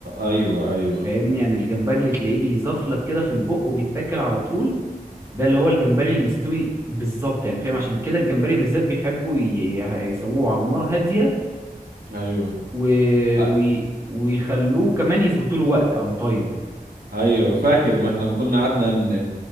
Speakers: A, on the right (about 70°); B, on the right (about 20°).
A: ايوه ايوه
B: فاهمني يعني الجمبري اللي تلاقيه بيزفلك كده في البق وبيتاكل على طول ده اللي هو الجمبري المستوي بالظبط يعني فاهم عشان كده الجمبري بالذات بيحبوا ي- ي- يسووه على نار هادية
A: ايوه
B: و...
A: أي-
B: وي- ويخلوه كمان يظبطوا له وقت او تايم
A: ايوه فاكر ما احنا لما كنا قعدنا ان